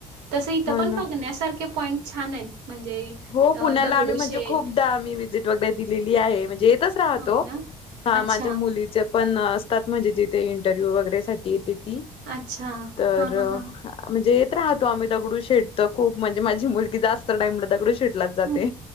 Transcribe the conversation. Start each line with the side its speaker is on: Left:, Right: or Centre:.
Right: तसं इथं
Left: हा
Right: पण
Left: ना
Right: बघण्यासारखे पॉईंट छान आहेत. म्हणजे
Left: हो
Right: अ
Left: पुण्याला,
Right: दगडूशेठ
Left: आम्ही म्हणजे खूपदा आम्ही वीजिट वगैरे दिलेली. या आहे. म्हणजे इथेच राहतो
Right: होय ना? अच्छा,
Left: माझ्या मुलीच्या पण असतात म्हणजे तिथे इंटरव्ह्यू वगैरे साठी येते ती.
Right: अच्छा.
Left: तर
Right: हां, हां, हां.
Left: म्हणजे राहतो आम्ही 'दगडू शेट 'खूप म्हणजे माझी मुलगी जास्त टाईम ला, दगडू शेट शेट ला जाते
Right: हं.